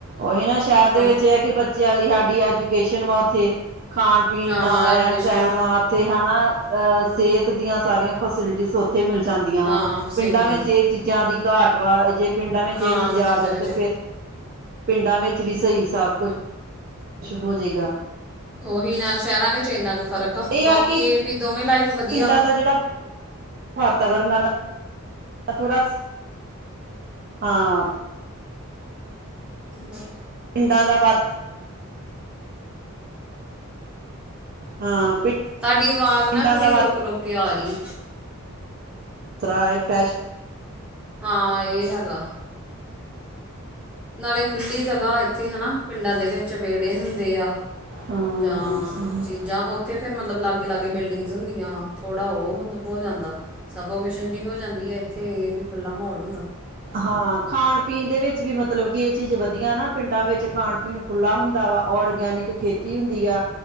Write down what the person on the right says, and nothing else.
ਔਹੀ ਨਾ ਸ਼ਹਿਰ ਦੇ
ਵਿੱਚ
ਇਹ ਕਿ ਬੱਚਿਆਂ ਲਈ ਸਾਡੀ ਐਜੂਕੇਸ਼ਨ ਜਨਮ ਵਾ ਔਥੇ ਖਾਣ ਪੀਣ
ਨਾਲ
ਰਹਿਣ ਸਹਿਣ ਵਾ ਤੇ ਹੈਨਾ ਅਹ ਸੇਹਤ ਦੀਆਂ ਸਾਰੀਆਂ ਫੈਸਿਲਿਟੀ ਇੱਥੇ ਮਿਲ ਜਾਂਦੀਆਂ
ਵਾ,
ਪਿੰਡਾਂ ਵਿੱਚ ਇਹ ਚੀਜ਼ਾਂ ਦੀ ਘਾਟ ਵਾ, ਜੇ ਪਿੰਡਾਂ ਵਿੱਚ
ਇਹ ਚੀਜ਼ਾਂ
ਆ ਜਾਣ
ਤੇ ਪਿੰਡਾਂ ਵਿੱਚ ਵੀ ਸਹੀ ਸਭ ਕੁਛ ਚ ਹੋ ਜੇਗਾ
ਇਹ-
ਇਹ
ਕਿ
ਪਿੰਡਾਂ
ਦਾ ਜਿਹੜਾ ਵਾਤਾਵਰਨ ਐ ਨਾ ਥੋੜਾ ਹਾਂ
ਪਿੰਡਾਂ ਦਾ ਵੱਧ ਹਾਂ
ਪਿੰਡਾਂ
ਦਾ
ਤਰਾਏ ਫੈਸ਼
ਹਾਂ
ਸਹੀ ਹੈ।
ਹਾਂ ਖਾਣ ਪੀਣ ਦੇ ਵਿੱਚ ਵੀ ਮਤਲਬ ਕਿ ਇਹ ਚੀਜ਼ ਵਧੀਆ ਨਾ, ਪਿੰਡਾਂ ਵਿੱਚ ਖਾਣ ਪੀਣ ਖੁੱਲ੍ਹਾ ਹੁੰਦਾ ਵਾ ਔਰਗੈਨਿਕ ਖੇਤੀ ਹੁੰਦੀ ਆ